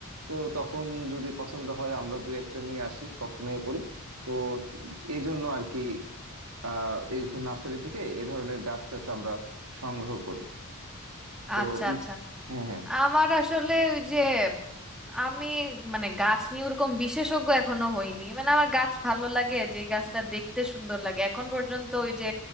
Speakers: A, on the right; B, in the centre.
A: তো তখন যদি পছন্দ হয় আমরা দুই একটা নিয়ে আসি তখন ইয়ে করি তো এই জন্য আর কি আহ এই নার্সারি থেকে এ ধরনের গাছ টাছ আমরা সংগ্রহ করি তো
B: আচ্ছা
A: ই-
B: আচ্ছা
A: হ্যাঁ হ্যাঁ
B: আমার আসলে ওই যে আমি মানে গাছ নিয়ে ওরকম বিশেষজ্ঞ এখনো হইনি মানে আমার গাছ ভালো লাগে যে গাছটা দেখতে সুন্দর লাগে এখন পর্যন্ত ওই যে